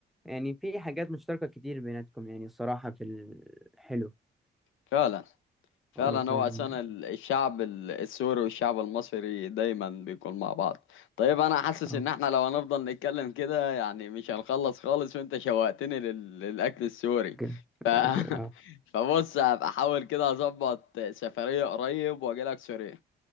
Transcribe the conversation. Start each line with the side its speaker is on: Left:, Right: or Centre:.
Centre: يعني في حاجات مشتركة كتير بيناتكم يعني الصراحة في الحلو
Left: فعلا فعلا
Centre: اه فعلا
Left: هو اساسا
Centre: كده
Left: ال- الشعب ال- السوري والشعب المصري دايما بيكون مع بعض طيب انا حاسس
Centre: اه
Left: ان احنا لو هنفضل نتكلم كده يعني مش هنخلص خالص وانت شوقتني لل... للاكل السوري
Centre: كده
Left: ف... <laughs>
Centre: كده اه
Left: فبص هبقى احاول كده اظبط سفرية قريب واجي لك سوريا